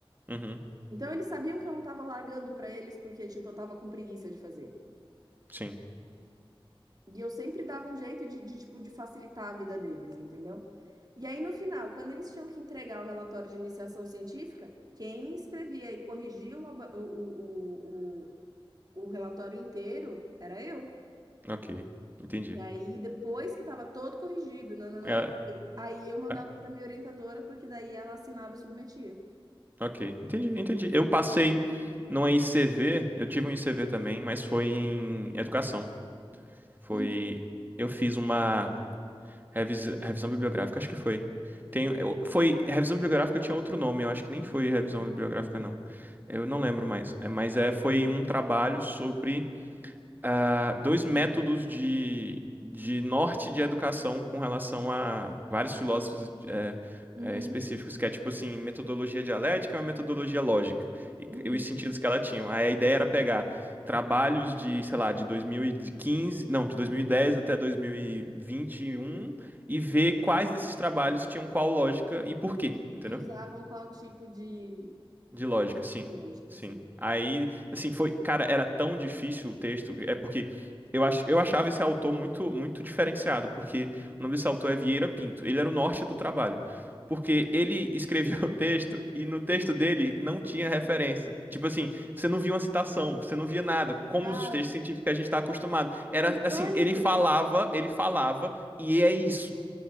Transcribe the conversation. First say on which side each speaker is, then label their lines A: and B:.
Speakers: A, on the right; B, on the right.
A: Uhum.
B: Então, eles sabiam que eu não tava largando para eles porque, tipo, eu tava com preguiça de fazer.
A: Sim.
B: E eu sempre dava um jeito de, de, tipo, de facilitar a vida deles, entendeu? E aí, no final, quando eles tinham que entregar o relatório de iniciação científica, quem escrevia e corrigia o, laba- o, o, o- o relatório inteiro era eu.
A: Ok. Entendi.
B: E aí, depois que estava todo corrigido, nananã,
A: Era-
B: e- aí eu mandava
A: ah,
B: para minha orientadora, porque daí ela assinava e submetia.
A: ok. Entendi, entendi. Eu passei numa ICV, eu tive um ICV também, mas foi em educação. Foi.
B: Uhum,
A: Eu fiz uma revis- revisão bibliográfica, acho que foi. Tem, eu- foi revisão bibliográfica tinha outro nome, eu acho que nem foi revisão bibliográfica, não. Eu não lembro mais. É, mas é, foi um trabalho sobre ah, dois métodos de, de norte de educação com relação a vários filósofos eh,
B: uhum,
A: eh, específicos, que é tipo assim, metodologia dialética e uma metodologia lógica, e,
B: uhum.
A: c- e os sentidos que ela tinha. Aí a ideia era pegar trabalhos de, sei lá, de 2015 não, de 2010 até dois mil e e vinte e um e ver quais desses trabalhos tinham qual lógica e por quê,
B: E,
A: entendeu?
B: que usavam qual tipo de
A: De lógica,
B: qual tipo
A: sim.
B: de lógica,
A: Sim.
B: assim.
A: Aí, assim, foi, cara, era tão difícil o texto, é porque eu ach, eu achava esse autor muito muito diferenciado, porque o nome desse autor é Vieira Pinto. Ele era o norte do trabalho. Porque ele escrevia <laughs> o texto e no texto dele não tinha referência. Tipo assim, você não via uma citação, você não via nada, como
B: Cara,
A: os textos científicos que a gente está acostumado. Era
B: que
A: assim,
B: pânico!
A: ele falava, ele falava e é isso.